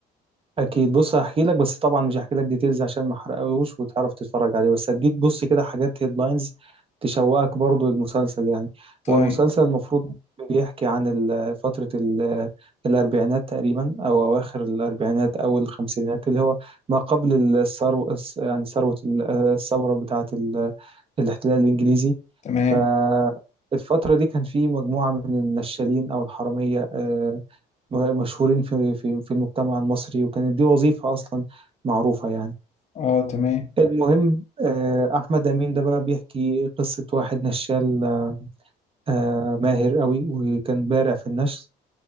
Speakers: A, on the right; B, on the left.
A: اكيد بص هحكي لك بس طبعا مش هحكي لك ديتيلز عشان ما احرقهوش وتعرف تتفرج عليه بس هديك بص كده حاجات هيدلاينز تشوقك برضو المسلسل يعني
B: طيب
A: هو المسلسل المفروض بيحكي عن ال- فترة ال- الأربعينات تقريبا أو أواخر الأربعينات أو الخمسينات اللي هو ما قبل الثروة يعني ثروة ال- الثورة بتاعة ال- الاحتلال الإنجليزي
B: تمام
A: فالفترة دي كان في مجموعة من النشالين أو الحرامية آه، مشهورين في في في المجتمع المصري وكانت دي وظيفة أصلا معروفة يعني
B: اه تمام
A: المهم آه، أحمد أمين ده بقى بيحكي قصة واحد نشال آه، ماهر قوي وكان بارع في النشل